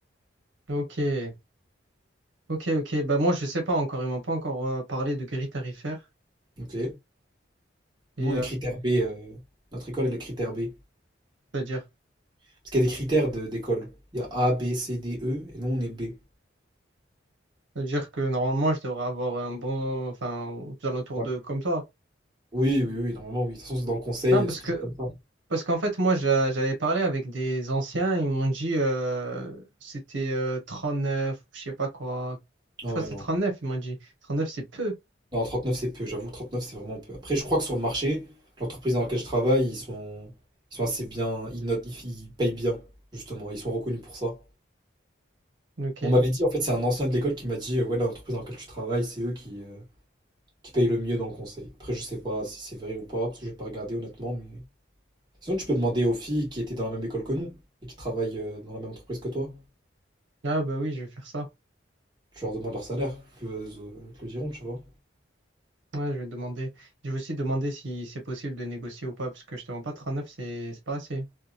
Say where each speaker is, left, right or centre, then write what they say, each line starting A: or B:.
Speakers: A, on the right (about 70°); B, on the right (about 20°).
A: ok, ok, ok. Bah, moi, je sais pas encore. Ils m'ont pas encore euh, parlé de grille tarifaire.
B: Ok.
A: Et
B: Nous, on
A: euh,
B: est critère B. euh, notre école, elle est critère B.
A: c'est-à-dire,
B: Parce qu'il y a des critères de- d'école. Il y a A, B, C, D, E, et nous, on est B.
A: c'est-à-dire que normalement, je devrais avoir un bon, enfin, aux alentours
B: Ouais.
A: de comme toi.
B: Oui, oui, oui, normalement, oui. De toute façon, c'est dans le conseil,
A: Non, parce
B: c'est toujours
A: que,
B: comme ça.
A: parce qu'en fait, moi, j'a- j'avais parlé avec des anciens. Ils m'ont dit, euh, c'était euh, 39, je sais pas quoi.
B: Ah
A: Je crois
B: ouais,
A: que c'est
B: non.
A: 39. Ils m'ont dit, 39, c'est peu.
B: Non, 39 c'est peu, j'avoue, 39 c'est vraiment peu. Après, je crois que sur le marché, l'entreprise dans laquelle je travaille, ils sont, ils sont assez bien, ils notent, ils, ils payent bien, justement, ils sont reconnus pour ça.
A: Ok.
B: On m'avait dit, en fait, c'est un ancien de l'école qui m'a dit, euh, ouais, l'entreprise dans laquelle tu travailles, c'est eux qui, euh, qui payent le mieux dans le conseil. Après, je sais pas si c'est vrai ou pas, parce que j'ai pas regardé honnêtement, mais. Sinon, tu peux demander aux filles qui étaient dans la même école que nous et qui travaillent euh, dans la même entreprise que toi.
A: Ah, bah oui, je vais faire ça.
B: Tu leur demandes leur salaire, puis elles euh, te le diront, tu vois.
A: Ouais, je vais demander. Je vais aussi demander si c'est possible de négocier ou pas, parce que je te mens pas, 39, c'est c'est pas assez.